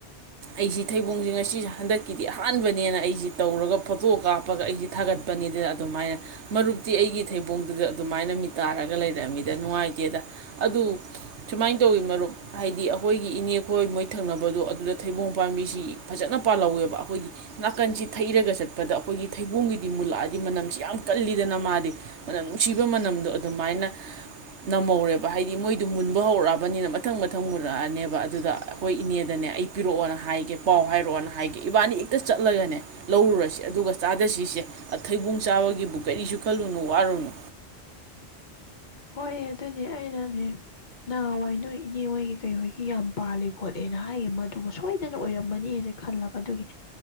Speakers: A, on the right; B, on the left.
A: ꯑꯩꯁꯤ ꯊꯩꯕꯣꯡꯁꯤꯦ ꯉꯁꯤ ꯍꯟꯗꯛ ꯀꯗꯤ ꯑꯍꯥꯟꯕꯅꯦꯅ ꯑꯩꯁꯤ ꯇꯧꯔꯒ ꯐꯣꯇꯣ ꯀꯥꯞꯄꯒ ꯑꯩꯁꯦ ꯊꯥꯒꯠꯄꯅꯦꯗꯅ ꯑꯗꯨꯃꯥꯏꯅ ꯃꯔꯨꯞꯇꯤ ꯑꯩꯒꯤ ꯊꯩꯕꯣꯡꯗꯨꯗ ꯑꯗꯨꯃꯥꯏꯅ ꯃꯤ ꯇꯥꯔꯒ ꯂꯩꯔꯛꯑꯃꯤꯗ ꯅꯨꯡꯉꯥꯏꯇꯦꯗ ꯑꯗꯨ ꯁꯨꯃꯥꯏꯅ ꯇꯧꯋꯤ ꯃꯔꯨꯞ ꯍꯥꯏꯗꯤ ꯑꯩꯈꯣꯏꯒꯤ ꯏꯅꯦꯈꯣꯏ ꯃꯣꯏ ꯊꯪꯅꯕꯗꯣ ꯑꯗꯨꯗ ꯊꯩꯕꯣꯡ ꯄꯥꯝꯕꯤꯁꯤ ꯐꯖꯅ ꯄꯥꯜꯍꯧꯋꯦꯕ ꯑꯩꯈꯣꯏꯒꯤ ꯅꯥꯀꯟꯁꯤ ꯊꯩꯔꯒ ꯆꯠꯄꯗ ꯑꯩꯈꯣꯏꯒꯤ ꯊꯩꯕꯣꯡꯒꯤꯗꯤ ꯃꯨꯜꯂꯛꯑꯗꯤ ꯃꯅꯝꯁꯤ ꯌꯥꯝ ꯀꯜꯂꯤꯗꯅ ꯃꯥꯜꯂꯤꯦ ꯃꯅꯝ ꯅꯨꯡꯁꯤꯕ ꯃꯅꯝꯗꯣ ꯑꯗꯨꯃꯥꯏꯅ ꯅꯝꯍꯧꯔꯦꯕ ꯍꯥꯏꯗꯤ ꯃꯣꯏꯗꯣ ꯃꯨꯟꯕ ꯍꯧꯔꯛꯑꯕꯅꯤꯅ ꯃꯊꯪ ꯃꯊꯪ ꯃꯨꯜꯂꯛꯑꯅꯦꯕ ꯑꯗꯨꯗ ꯑꯩꯈꯣꯏ ꯏꯅꯦꯗꯅꯦ ꯑꯩ ꯄꯤꯔꯛꯑꯣꯅ ꯍꯥꯏꯒꯦ ꯄꯥꯎ ꯍꯥꯏꯔꯛꯑꯣꯅ ꯍꯥꯏꯒꯦ ꯏꯕꯥꯅꯤ ꯍꯦꯛꯇ ꯆꯠꯂꯒꯅꯦ ꯂꯧꯔꯨꯔꯁꯦ ꯑꯗꯨꯒ ꯆꯥꯗꯁꯤꯁꯦ ꯊꯩꯕꯣꯡ ꯆꯥꯕꯒꯤꯕꯨ ꯀꯔꯤꯁꯨ ꯈꯜꯂꯨꯅꯨ ꯋꯥꯔꯨꯅꯨ
B: ꯍꯣꯏ ꯑꯗꯨꯅꯦ ꯑꯩꯅꯅꯦ ꯅꯍꯥꯟꯋꯥꯏ ꯅꯣꯏ ꯏꯅꯦ ꯍꯣꯏꯒꯤ ꯀꯩꯍꯣꯏꯒꯤ ꯌꯥꯝ ꯄꯥꯜꯂꯦ ꯈꯣꯠꯂꯦꯅ ꯍꯥꯏꯌꯦ ꯃꯗꯨꯕꯨ ꯁꯣꯏꯗꯅ ꯑꯣꯏꯔꯝꯃꯅꯤꯁꯦ ꯈꯜꯂꯕ ꯑꯗꯨꯒꯤ